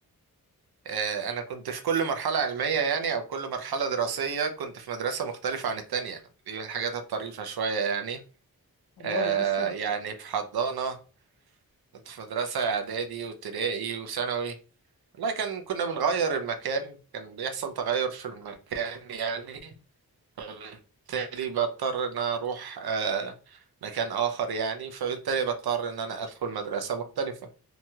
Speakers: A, on the right; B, on the left.
A: آه، انا كنت في كل مرحلة علمية يعني او كل مرحلة دراسية كنت في مدرسة مختلفة عن التانية دي من الحاجات الطريفة شوية يعني
B: والله
A: آه،
B: ايه السبب
A: يعني في حضانة كنت في مدرسة اعدادي وابتدائي وثانوي والله كان كنا بنغير المكان كان بيحصل تغير في المكان يعني فبالتالي بضطر ان أنا اروح آه، مكان اخر يعني فبالتالي بضطر ان انا ادخل مدرسة مختلفة